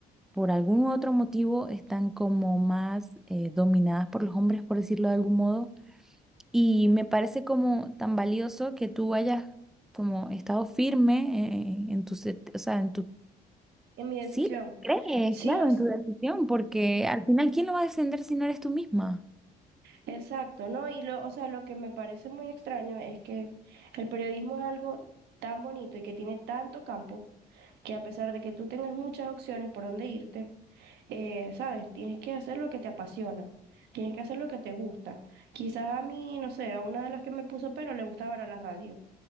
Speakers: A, in the centre; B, on the right.
A: por algún otro motivo están como más eh, dominadas por los hombres, por decirlo de algún modo. Y me parece como tan valioso que tú hayas como estado firme eh, en, tu, set- o sea, en tu
B: En mi decisión.
A: Sí, lo crees,
B: Sí,
A: claro,
B: o s-
A: en tu decisión, porque al final, ¿quién lo va a defender si no eres tú misma?
B: exacto, ¿no? Y lo, o sea, lo que me parece muy extraño es que el periodismo es algo tan bonito y que tiene tanto campo que a pesar de que tú tengas muchas opciones por dónde irte, eh, sabes, tienes que hacer lo que te apasiona, tienes que hacer lo que te gusta. Quizás a mí, no sé, a una de las que me puso pero le gustaba era la radio.